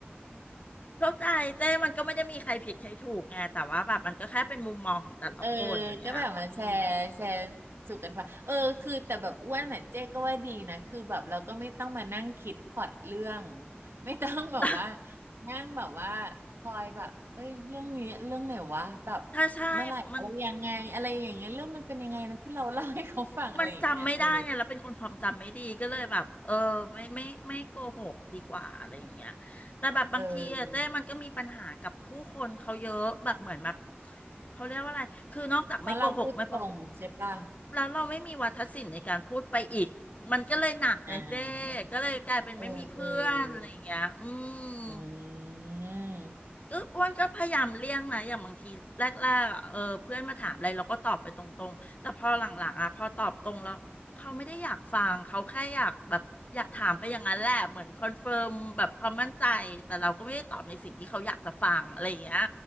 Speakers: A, on the left (about 40°); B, on the right (about 85°).
A: เข้าใจเจ้มันก็ไม่ได้มีใครผิดใครถูกไงแต่ว่าแบบมันก็แค่เป็นมุมมองของแต่ละคนอย่างเงี้ยอืม
B: เออก็แบบมาแชร์แชร์สู่กันฟังเออคือแต่แบบอ้วนน่ะเจ๊ก็ว่าดีนะคือแบบเราก็ไม่ต้องมานั่งคิดพล็อตเรื่องไม่ต้องแบบว่า
A: <laughs>
B: นั่งแบบว่าคอยแบบเอ้ยเรื่องนี้เรื่องไหนวะแบบ
A: ถ้าใช่มัน
B: เมื่อไหร่อะไรยังไงอะไรอย่างเงี้ยเรื่องมันเป็นยังไงนะที่เราเล่าให้เขาฟังอะไรอย่างเงี้ยเออ
A: มันจำไม่ได้ไงแล้วเป็นคนความจำไม่ดีก็เลยแบบเออไม่ไม่ไม่โกหกดีกว่าอะไรอย่างเงี้ยแต่แบบบางทีอะเจ้มันก็มีปัญหากับผู้คนเขาเยอะแบบเหมือนแบบ
B: เออ
A: เขาเรียกว่าอะไรคือนอกจากไม่โกหกไม่พอ
B: เพราะเราพูดตรงใช่ปะ
A: แล้วเราไม่มีวาทศิลป์ในการพูดไปอีกมันก็เลยหนักไงเจ้ก็เลยกลายเป็นไม่มีเพื่อนอะไรอย่างเงี้ยอื
B: อ่าเออเออ
A: ม
B: อืม
A: ก็อ้วนก็พยายามเลี่ยงนะอย่างบางทีแรกๆอะเออเพื่อนมาถามอะไรเราก็ตอบไปตรงๆแต่พอหลังๆอ่ะพอตอบตรงแล้วเขาไม่ได้อยากฟังเขาแค่อยากแบบอยากถามไปอย่างนั้นแหละเหมือนคอนเฟิร์มแบบความมั่นใจแต่เราก็ไม่ได้ตอบในสิ่งที่เขาอยากจะฟังอะไรอย่างเงี้ย